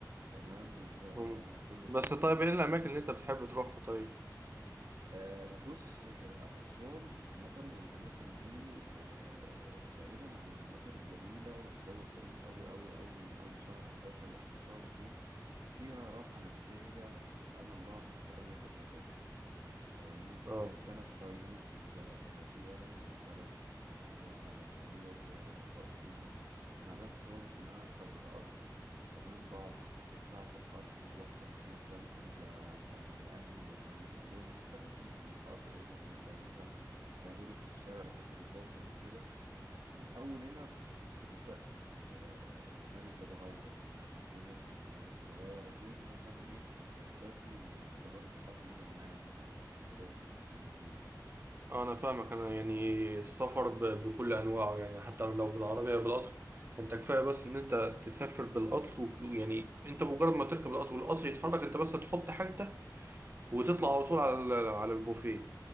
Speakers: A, on the right; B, on the right.
A: تمام وكله
B: مم. بس
A: تمام
B: طيب
A: يعني
B: ايه الاماكن اللي انت بتحب تروحها طيب
A: آه، بص آه، أسوان عامة والأماكن دي آه، بعيدا عن المناظر الجميلة والجو الجميل أوي أوي أوي من أول شهر 11 لحد شهر 2 فيها راحة نفسية سبحان الله مش في أي حتة تاني فاهمني
B: اه
A: بلد طيب وبلد هادية وبلد راحة نفسية وفيها صفاء ذهني أنا بس وانس اللي أنا أركب القطر تمام بقعد 16 ساعة في القطر وبوصل هناك بنزل بقابل أهلي وبسلم عليهم حتى الناس اللي في القطر والناس اللي مثلا بقابلهم في الشارع لحد ما بوصل وكده من أول هنا بتبدأ آه، دماغي بتتغير فاهم الكيمياء بتاعت دماغي بتتغير غير مثلا ايه احساسي والتجارب بتاعتي هنا وانا قاعد مثلا في اسكندريه في ال- في المدينه يعني
B: اه انا فاهمك انا يعني السفر ب... بكل انواعه يعني حتى لو بالعربيه بالقطر انت كفايه بس
A: مم.
B: ان انت تسافر بالقطر وك- ويعني انت مجرد ما تركب القطر والقطر يتحرك انت بس تحط حاجتك وتطلع
A: مم.
B: على طول على ال- على البوفيه